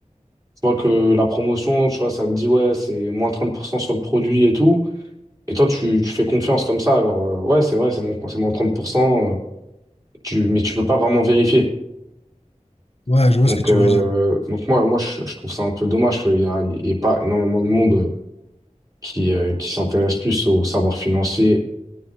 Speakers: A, on the right; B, on the left.
A: Tu vois que la promotion, tu vois, ça te dit, ouais, c'est moins 30% sur le produit et tout. Et toi, tu, tu fais confiance comme ça. Alors, euh, ouais, c'est vrai, c'est moins, c'est moins 30%. euh, tu, mais tu peux pas vraiment vérifier.
B: ouais, je vois
A: Donc,
B: ce que tu
A: euh,
B: veux dire.
A: donc moi, moi je, je trouve ça un peu dommage qu'il y a, il y ait pas énormément de monde qui, euh, qui s'intéresse plus au savoir financier